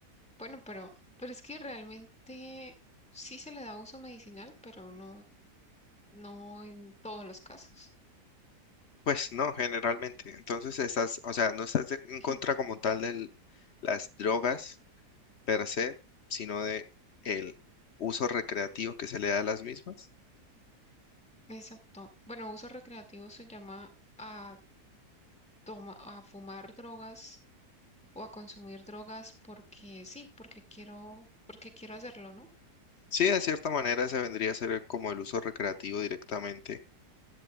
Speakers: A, in the centre; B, on the left.
A: Bueno, pero, pero es que realmente sí se le da uso medicinal, pero no, no en todos los casos.
B: Pues no, generalmente. Entonces estás, o sea, no estás de- en
A: <clears throat>
B: contra como tal de las drogas per se, sino de el uso recreativo que se le da a las mismas.
A: Exacto. Bueno, uso recreativo se llama a toma, a fumar drogas o a consumir drogas porque sí, porque quiero, porque quiero hacerlo, ¿no?
B: Sí, de cierta manera se vendría a ser como el uso recreativo directamente.